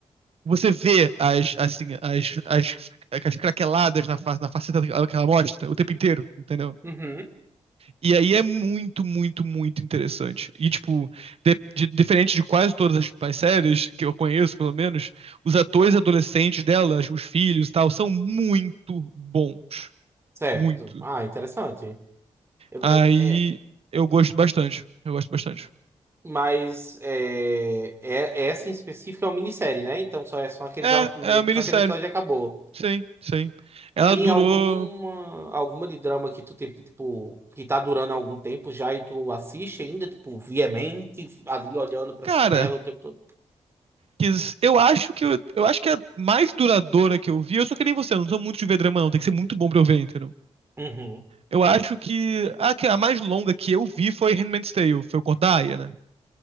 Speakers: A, on the right (about 60°); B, on the right (about 20°).
A: você vê as, assim, as, as, as craqueladas na face, na faceta que ela que ela mostra o tempo inteiro, entendeu?
B: uhum,
A: E aí é muito, muito, muito interessante. E, tipo, de- de- diferente de quase todas as, as séries que eu conheço, pelo menos, os atores adolescentes delas, os filhos e tal, são muito bons.
B: certo.
A: Muito.
B: Ah, interessante. Eu-
A: Aí
B: é
A: eu gosto bastante. Eu gosto bastante.
B: Mas é, é- essa em específico é uma minissérie, né? Então só é só aqueles,
A: É,
B: só
A: é uma minissérie.
B: aqueles episódios e acabou.
A: Sim, sim. Ela
B: Tem
A: durou.
B: alguma alguma de drama que tu tem, tipo, que tá durando há algum tempo já e tu assiste ainda, tipo, viamente, ali olhando pra
A: Cara,
B: tela o tempo todo?
A: que s- eu acho que eu, eu acho que é a mais duradoura que eu vi. Eu sou que nem você, eu não sou muito de ver drama, não. Tem que ser muito bom pra eu ver, entendeu?
B: Uhum.
A: Eu acho que a, que- a mais longa que eu vi foi Handmaid's Tale, foi o Cordaia, né?